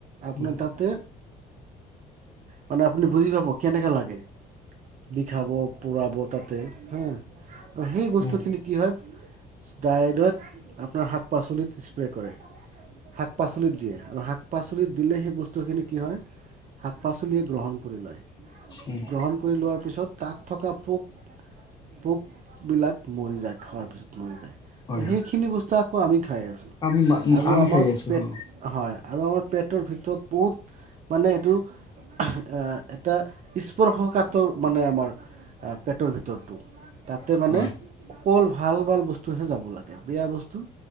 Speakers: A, on the right; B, on the left.
A: আপোনাৰ
B: উম
A: তাতে মানে আপুনি বুজি পাব কেনেকা লাগে বিষাব, পোৰাব তাতে হা সেই
B: উম
A: বস্তুখিনি
B: উম
A: কি হয় ডাইন আপোনাৰ শাক পাচলিত স্প্ৰে কৰে। শাক পাচলিত দিয়ে আৰু শাক পাচলিত দিলে সেই বস্তু খিনি কি হয়, শাক পাচলিয়ে গ্ৰহণ কৰি লয়
B: উম
A: গ্ৰহণ কৰি লোৱাৰ পিছত ত তাত থকা পোক পোক বিলাক খোৱা পিছত মৰি যায়।
B: হয়
A: ত
B: হয়
A: সেইখিনি বস্তু আমি খাই আছোঁ
B: আমি
A: আৰু
B: আমি
A: আমাৰ
B: খাই আছো
A: পেট
B: অ
A: হয় আৰু আমাৰ পেট ভিতৰত বহুত মানে এইটো আহ এটা স্পৰ্শকাতৰ মানে আমাৰ পেটৰ ভিতৰত টো তাতে
B: হয়
A: মানে অকল ভাল ভাল বস্তুহে যাব। বেয়া বস্তু